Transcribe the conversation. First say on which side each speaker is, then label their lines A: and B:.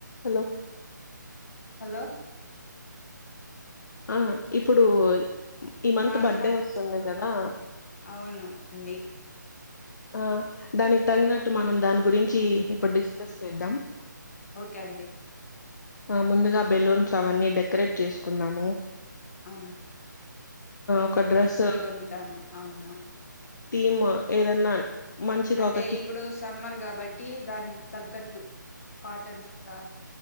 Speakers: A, on the left (about 65°); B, on the left (about 45°).
A: hello
B: hello
A: ఆ ఇప్పుడు ఈ మంత్
B: నా
A: బడ్డే
B: నాకు
A: వస్తుంది కదా
B: అవును అండి
A: ఆ దానికి తగినట్టు మనం దాని గురించి ఇప్పుడు డిస్కస్ చేద్దాం
B: ఓకే అండి
A: ముందుగా బెలూన్స్ అవన్నీ డెకరేట్ చేసుకున్నాము
B: అ
A: ఒక డ్రెస్
B: డ్రెస్సులు కొంటాం అవును
A: ము ఏదన్నా మంచిగా
B: అంటే
A: ఒక థీమ్
B: ఇప్పుడు సమ్మర్ గా కాబట్టి దాని తగ్గట్టు కాటన్స్ కా